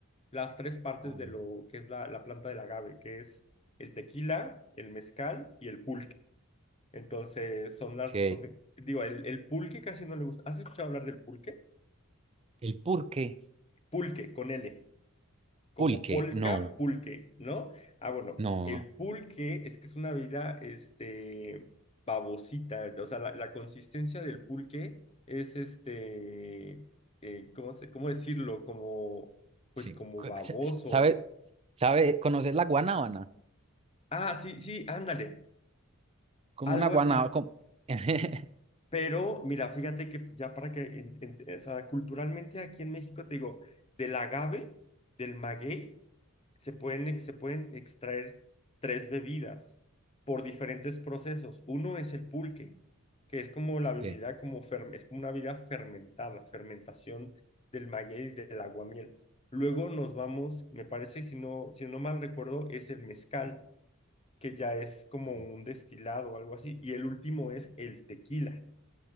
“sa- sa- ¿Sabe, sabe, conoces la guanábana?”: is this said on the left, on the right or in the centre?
Right